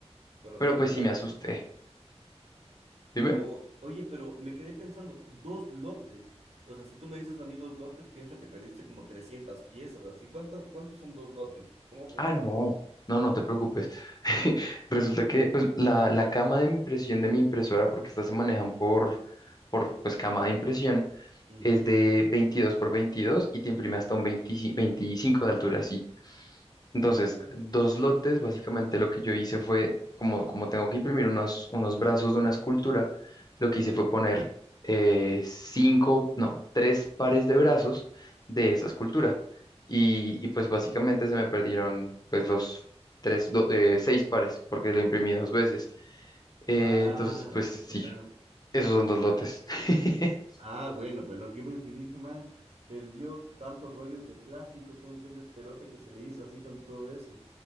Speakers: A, on the right; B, on the left.
A: Pero
B: pero
A: suena
B: pues
A: igual
B: sí me asusté.
A: a algo. ajá.
B: Dime.
A: Oh, oye, pero me quedé pensando, dos lotes. O sea, si tú me dices a mí dos lotes, pienso que perdiste como 300 piezas. Así, ¿cuántas, cuántos son dos lotes? ¿Cómo funciona?
B: Ah, no. No, no te preocupes. <laughs> Resulta
A: <laughs>
B: que pues la, la cama de impresión de mi impresora, porque estas se manejan por, por pues cama de impresión,
A: Ujú,
B: es de 22 por 22 y te imprime hasta un veinte veinticinco de altura, sí. Entonces,
A: ya.
B: dos lotes, básicamente lo que yo hice fue, como, como tengo que imprimir unos, unos brazos de una escultura, lo que hice fue poner eh, cinco, no, tres pares de brazos de esa escultura. Y, y pues básicamente se me perdieron pues los tres, do- de seis pares, porque lo imprimí dos veces. Eh,
A: Ah,
B: entonces, pues
A: qué cagado.
B: sí, esos son dos lotes. <laughs>
A: Ah, bueno, pues no, yo me imaginé, dije, man, perdió tantos rollos de plástico, como que un despelote que se le hizo así con todo eso.